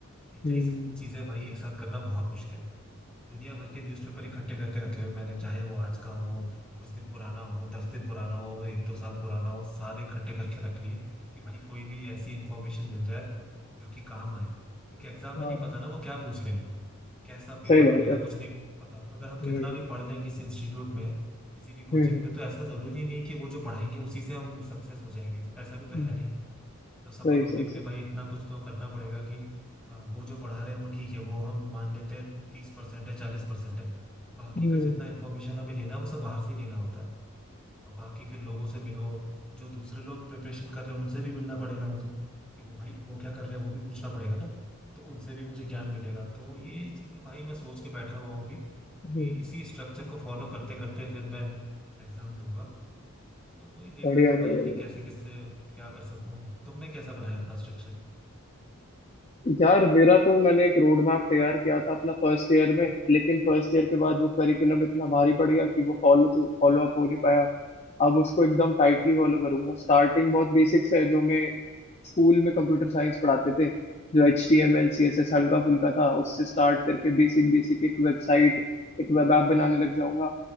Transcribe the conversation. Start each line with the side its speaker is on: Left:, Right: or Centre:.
Centre: इतनी
Left: हम्म
Centre: सी चीजें भाई एक साथ करना बहुत मुश्किल है दुनिया भर के न्यूज़पेपर इकट्ठे करके रखे हुए मैंने चाहे वो आज का हो कुछ दिन पुराना हो दस दिन पुराना हो वो एक दो साल पुराना हो सारे इकट्ठे करके रख लिए कि भाई कोई भी ऐसी इंफॉर्मेशन मिल जाए जो कि काम आए क्योंकि एग्जाम
Left: हाँ
Centre: में नहीं पता ना वो क्या पूछ लेंगे कैसा पेपर
Left: सही बात
Centre: बनेगा
Left: है
Centre: कुछ नहीं पता अगर हम कितना
Left: हम्म
Centre: भी पढ़ लें किसी इंस्टीट्यूट में किसी भी कोचिंग
Left: हम्म हम्म,
Centre: में तो ऐसा जरूरी नहीं कि वो जो पढ़ाएंगे उसी से हम सक्सेस हो जाएंगे ऐसा भी तो
Left: हम्म,
Centre: है नहीं तो सफल
Left: सही
Centre: होने
Left: सही
Centre: के लिए
Left: सही
Centre: भाई इतना कुछ तो करना पड़ेगा कि अ, वो जो पढ़ा रहे हैं वो ठीक है वो हम मान लेते हैं तीस परसेंट है चालीस परसेंट है बाकी
Left: हम्म
Centre: का जितना इन्फॉर्मेशन हमें लेना है वो सब बाहर से ही लेना होता है अब बाकी फिर लोगों से मिलो जो दूसरे लोग प्रिपरेशन कर रहे हैं उनसे भी मिलना पड़ेगा मुझे कि वो भाई वो क्या कर रहे हैं वो भी पूछना पड़ेगा ना तो उनसे भी मुझे ज्ञान मिलेगा तो ये चीजें भाई मैं सोच के बैठा हुआ हूँ अभी
Left: हम्म,
Centre: कि इसी स्ट्रक्चर को फॉलो करते करते फिर मैं एग्जाम दूंगा तो वही देख
Left: बढ़िया
Centre: रहा था
Left: बढ़िया
Centre: भाई कि कैसे किससे क्या कर सकूं तुमने कैसा बनाया अपना स्ट्रक्चर
Left: यार मेरा तो मैंने एक रोड मैप तैयार किया था अपना फर्स्ट ईयर में लेकिन फर्स्ट ईयर के बाद वो करिकुलम इतना भारी पड़ गया कि वो फॉलो तो फॉलो अप हो नहीं पाया अब उसको एकदम टाइटली फॉलो करूंगा स्टार्टिंग बहुत बेसिक्स है जो मैं स्कूल में कंप्यूटर साइंस पढ़ाते थे जो एच टी एम एल सी एस एस हल्का फुल्का था उससे स्टार्ट करके बेसिक बेसिक एक वेबसाइट एक वेब ऐप बनाने लग जाऊंगा